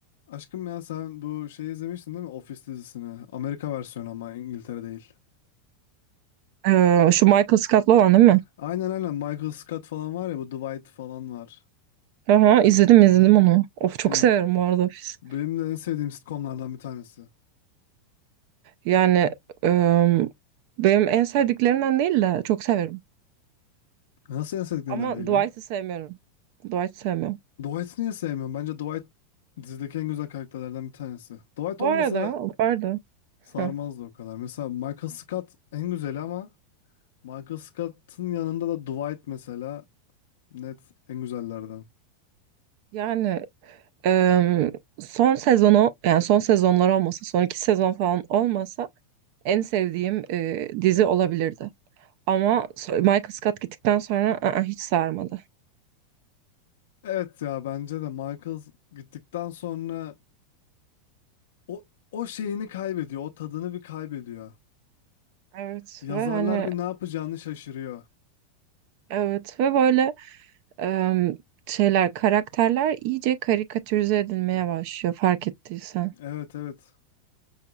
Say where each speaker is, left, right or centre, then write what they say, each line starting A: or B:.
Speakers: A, on the left; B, on the right.
A: Aşkım ya sen bu şeyi izlemiştin değil mi? Office dizisini. Amerika versiyonu ama İngiltere değil.
B: Ee, şu Michael Scott'lı olan değil mi?
A: Aynen aynen Michael Scott falan var ya bu Dwight falan var.
B: Aha, izledim izledim onu. Of çok
A: İz-
B: severim bu arada Office.
A: Benim de en sevdiğim sitcomlardan bir tanesi.
B: Yani em, benim en sevdiklerimden değil de çok severim.
A: Nasıl en sevdiklerinden
B: Ama
A: değil
B: Dwight'ı
A: ya?
B: sevmiyorum. Dwight'ı sevmiyorum.
A: Dwight'ı niye sevmiyorum? Bence Dwight dizideki en güzel karakterlerden bir tanesi. Dwight
B: Bu
A: olmasa
B: arada, bu arada
A: sarmazdı
B: heh,
A: o kadar. Mesela Michael Scott en güzeli ama Michael Scott'ın yanında da Dwight mesela net en güzellerden.
B: yani em, son sezonu yani son sezonlar olmasa son iki sezon falan olmasa en sevdiğim e, dizi olabilirdi. Ama so- Michael Scott gittikten sonra ı-ı, hiç sarmadı.
A: Evet ya bence de Michael gittikten sonra O, o şeyini kaybediyor. O tadını bir kaybediyor.
B: Evet
A: Yazarlar
B: ve hani
A: bir ne yapacağını şaşırıyor.
B: evet ve böyle em, şeyler, karakterler iyice karikatürize edilmeye başlıyor fark ettiysen.
A: Evet evet.